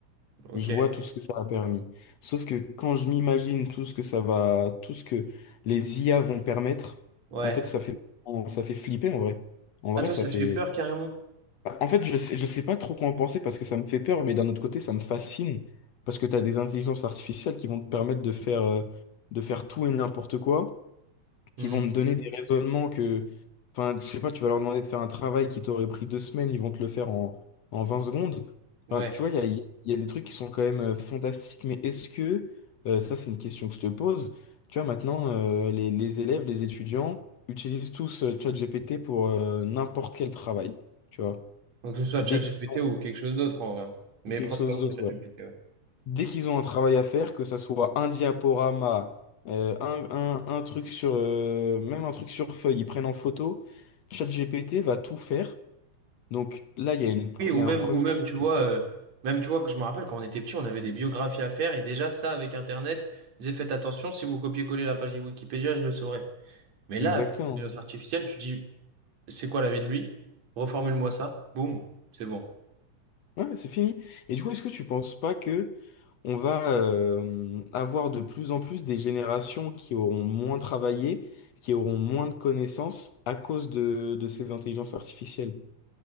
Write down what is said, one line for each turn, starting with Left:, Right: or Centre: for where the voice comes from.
Right: Ok.
Left: Je vois tout ce que ça a permis. Sauf que quand je m'imagine tout ce que ça va, tout ce que les IA vont permettre,
Right: Ouais.
Left: en fait, ça fait, en- ça fait flipper en vrai. En vrai,
Right: Ah, toi,
Left: ça
Right: ça
Left: fait.
Right: te fait peur carrément?
Left: En fait, je sais, je sais pas trop quoi en penser parce que ça me fait peur, mais d'un autre côté, ça me fascine parce que tu as des intelligences artificielles qui vont te permettre de faire, euh, de faire tout et n'importe quoi
Right: Mhm.
Left: qui vont me donner des raisonnements que, enfin, je sais pas, tu vas leur demander de faire un travail qui t'aurait pris deux semaines, ils vont te le faire en, en 20 secondes.
Right: Ouais.
Left: Enfin, tu vois, il y a, il y a des trucs qui sont quand même euh, fantastiques, mais est-ce que, euh, ça c'est une question que je te pose, tu vois, maintenant, euh, les, les élèves, les étudiants utilisent tous euh, ChatGPT pour euh, n'importe quel travail, tu vois,
Right: Donc, que ce soit
Left: dès
Right: ChatGPT
Left: qu'ils ont
Right: ou quelque chose d'autre en vrai. Mais
Left: quelque
Right: principalement
Left: chose d'autre.
Right: ChatGPT,
Left: ouais dès qu'ils ont un travail à faire, que ça soit un diaporama, euh, un, un- un truc sur, euh, même un truc sur feuille, ils prennent en photo, ChatGPT va tout faire. Donc là, il y a une, pr-
Right: Oui, ou
Left: il y a
Right: même,
Left: un premier.
Right: ou même, tu vois,
Left: <laughs>
Right: euh, même, tu vois, que je me rappelle quand on était petit, on avait des biographies à faire, et déjà, ça, avec Internet, disait, faites attention, si vous copiez-collez la page de Wikipédia, je le saurais. Mais là,
Left: Exactement.
Right: avec l'intelligence artificielle, tu dis, c'est quoi la vie de lui? Reformule-moi ça, boum, c'est bon.
Left: Ouais, c'est fini. Et du coup, est-ce que tu penses pas que on va euh, avoir de plus en plus des générations qui auront moins travaillé, qui auront moins de connaissances à cause de, de ces intelligences artificielles?